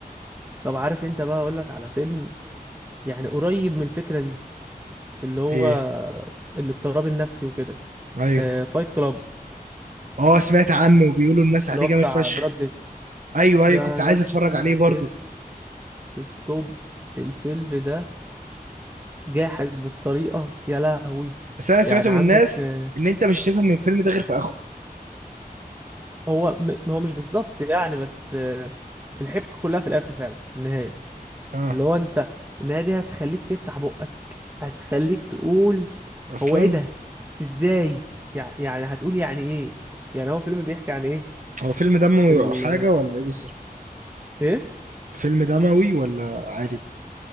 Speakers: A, on the right; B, on the right.
A: طب عارف انت بقى اقولك على فيلم يعني قريب من الفكرة دي اللي هو
B: ايه
A: الاضطراب النفسي وكده
B: ايوه
A: آه فايت كلاب
B: اه سمعت عنه بيقولوا الناس
A: اللي
B: عليه
A: هو
B: جامد
A: بتاع
B: فشخ
A: براد بيت
B: ايوه ايوه
A: ده
B: كنت عايز
A: يا ابني
B: اتفرج عليه برضه
A: فيلم في التوب الفيلم ده جاحد بالطريقة يا لهوي
B: بس انا سمعته
A: يعني
B: من
A: عندك
B: الناس
A: آه،
B: ان انت مش هتفهم من الفيلم ده غير في اخره
A: هو م- هو مش بالظبط يعني بس آه، الحبكة كلها في الآخر فعلا في النهاية
B: اه
A: اللي هو أنت النهاية دي هتخليك تفتح بقك هتخليك تقول
B: اصلا
A: هو إيه ده إزاي يع- يعني هتقول يعني إيه يعني هو فيلم بيحكي عن إيه
B: هو فيلم دموي
A: ال
B: او حاجه ولا ايه بالظبط
A: إيه
B: فيلم دموي ولا عادي